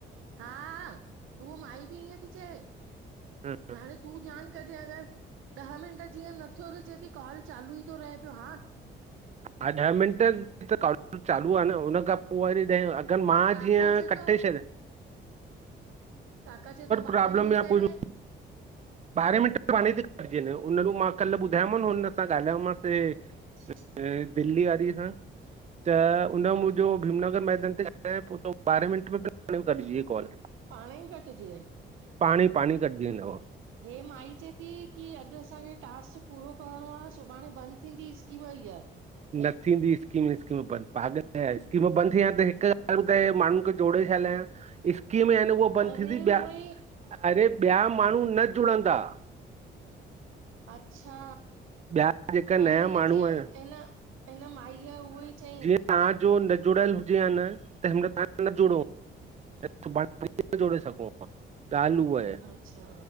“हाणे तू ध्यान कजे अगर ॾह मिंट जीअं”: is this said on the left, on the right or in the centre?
Right